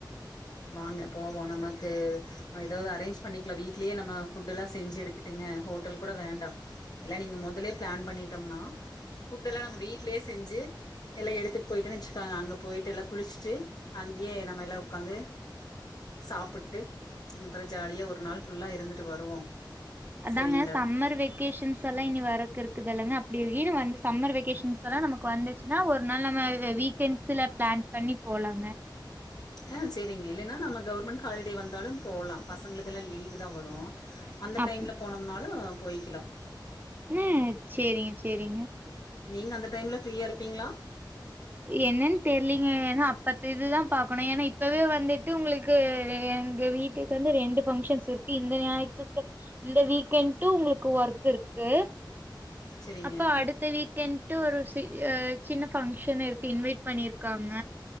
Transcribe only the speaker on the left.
வாங்க போவோ நமக்கு ஏதாவது அரேஞ்ச் பண்ணிக்ல வீட்லயே நம்ம ஃபுட் எல்லா செஞ்சு எடுத்துட்டுங்க ஹோட்டல் கூட வேண்டா எல்லா நீங்க மொதலே ப்ளன் பண்ணிட்டம்னா ஃபுட் எல்லா நம்ம வீட்லே செஞ்சு எல்லா எடுத்துட்டு போய்ட்டன் வச்சுக்கோங்க அங்க போய்ட்டு எல்லா குளிச்சிட்டு எ நம்ம எல்லா உக்காந்து சாப்பிட்டு ம் அப்புறோ ஜாலியா ஒரு நாள் ஃபுல்லா இருந்துட்டு வருவோ
சரிங்களா
ஆ செரிங்க இல்லைன்னா நம்ம கவர்மெண்ட் ஹாலிடே வந்தாலு போலா பசங்களுக்கெல்லா லீவுதா வரு அந்த
டைம்ல போனம்னாலு போய்க்கிலா
நீங்க அந்த டைம்ல ஃப்ரீயா இருப்பிங்ளா
சரிங்க